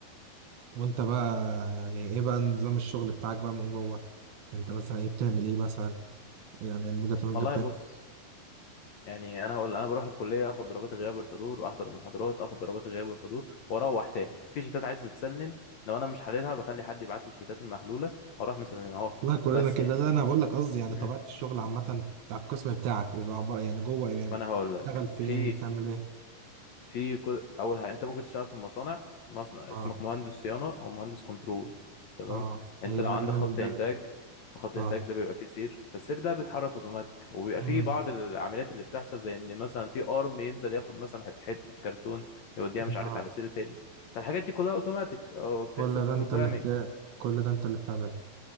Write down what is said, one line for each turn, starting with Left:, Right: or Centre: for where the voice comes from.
Right: وانت بقى يعني ايه بقى نظام الشغل بتاعك بقى من جوه انت مثلا ايه بتعمل ايه مثلا يعني الميجاتون
Left: والله
Right: ده
Left: بص يعني انا هقول انا بروح الكليه اخد درجات غياب والحضور احضر المحاضرات اخد درجات غياب والحضور واروح تاني في شيتات عايز تتسلم لو انا مش حللها بخلي حد يبعت لي الشيتات المحلوله هروح مسلمها اهو
Right: لا كلنا
Left: بس
Right: كده
Left: يعني
Right: لا انا بقول لك قصدي يعني طبيعه
Left: مم.
Right: الشغل عامه بتاع القسم بتاعك بيبقى عباره يعني جوه يعني
Left: ما انا هقول لك
Right: بتشتغل فين
Left: في
Right: بتعمل ايه
Left: في كل... اول حاجه انت ممكن تشتغل في مصانع مصنع
Right: اه
Left: اسمك مهندس صيانه او مهندس كنترول تمام
Right: اه
Left: انت
Right: يبقى
Left: لو عندك
Right: بيعمل
Left: خط
Right: ده
Left: انتاج
Right: بيعمل.
Left: فخط الانتاج
Right: اه
Left: ده بيبقى فيه سير فالسير ده بيتحرك اوتوماتيك وبيبقى
Right: أمم.
Left: فيه بعض العمليات اللي بتحصل زي ان مثلا في ارم ينزل ياخد مثلا ح- حته كرتون يوديها مش عارف
Right: آه.
Left: على سير تاني فالحاجات دي كلها اوتوماتيك او بتحصل
Right: كل
Left: ببروجرامنج
Right: ده انت اللي بت... كل ده انت اللي بتعمله